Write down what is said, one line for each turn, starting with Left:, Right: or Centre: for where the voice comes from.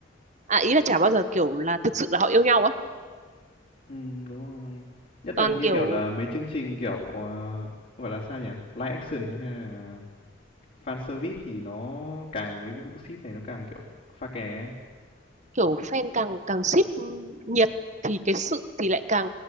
Right: à ý là chả bao giờ kiểu là thực sự là họ yêu nhau á
Left: Ừ, đúng rồi. Nhất
Right: toàn
Left: là như
Right: kiểu
Left: kiểu là mấy chương trình kiểu ờ, gọi là sao nhỉ? Live action hay là fan service thì nó càng mấy cái vụ ship này nó càng kiểu pha kè
Right: kiểu fan càng càng ship nhiệt thì cái sự thì lại càng